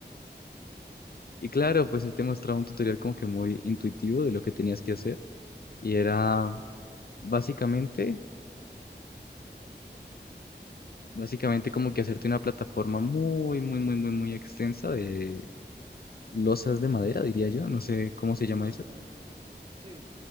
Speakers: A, on the left; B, on the right.
A: y claro, pues él te mostraba un tutorial como que muy intuitivo de lo que tenías que hacer, y era básicamente Básicamente como que hacerte una plataforma muy, muy, muy, muy, muy extensa de losas de madera, diría yo. No sé cómo se
B: Sí,
A: llama eso.
B: grandota. Sí,